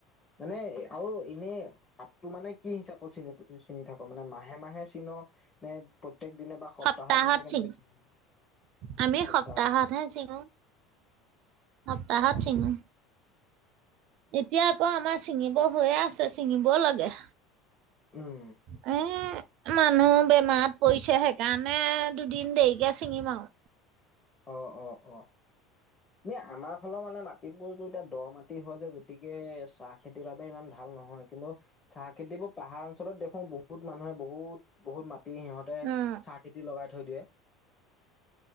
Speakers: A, on the left (about 20°); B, on the right (about 55°).
A: মানে আৰু এনে পাতটো মানে কি হিচাপত চিনি চিঙি থাকো মানে মাহে মাহে চিন নে। দিনে বা
B: সপ্তাহত
A: এনেকে কেনেকে
B: চিঙ
A: চিনি
B: আমি
A: সপ্তাহত
B: সপ্তাহতহে চিঙো সপ্তাহত
A: অ
B: চিঙো। এতিয়া আকৌ আমাৰ ছিঙিব হৈয়ে আছে ছিঙিবও লাগে।
A: উম
B: এ মানুহ বেমাৰত পৰিছে সেইকাৰণে দুদিন দেৰিকে ছিঙিম আও
A: অ অ অ দিয়া আমাৰ ফালৰ মানে মাটিবোৰতো এতিয়া দ মাটি হয় যে গতিকে চাহ খেতিৰ বাবে ইমান ভাল নহয়‌ কিন্তু চাহ খেতিবোৰ পাহাৰ অঞ্চলত দেখো বহুত মানুহে বহুত বহুত মাটি কাটি সিহঁতে
B: উম,
A: চাহ খেতি লগাই থৈ দিয়ে।